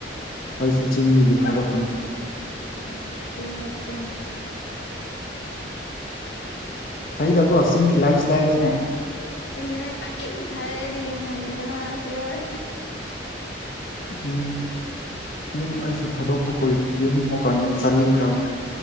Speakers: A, on the left; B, on the left.
A: ꯑꯩꯁꯨ ꯆꯤꯡꯗꯒꯤ ꯍꯧꯔꯛꯄꯅꯦ
B: ꯎꯝ ꯆꯤꯡ ꯅꯠꯇ꯭ꯔꯦ
A: ꯐꯩꯗꯀꯣ ꯆꯤꯡꯒꯤ ꯂꯥꯏꯄ ꯏꯁꯇꯥꯏꯜꯖꯤꯅꯦ
B: ꯆꯤꯡꯒꯤꯅꯦ ꯀꯥꯏꯗꯩ ꯐꯥꯏꯌꯦ ꯑꯩꯗꯤ ꯌꯨꯝ ꯍꯟꯅꯤꯡꯕ ꯁꯤꯗꯣꯔꯦ
A: ꯌꯨꯝ ꯌꯨꯝ ꯑꯩꯁꯨ ꯊꯥꯗꯣꯛꯄ ꯀꯨꯏ ꯌꯨꯃꯨꯛ ꯀꯥꯟꯗ ꯆꯥꯅꯤꯡꯈ꯭ꯔꯕꯅꯤ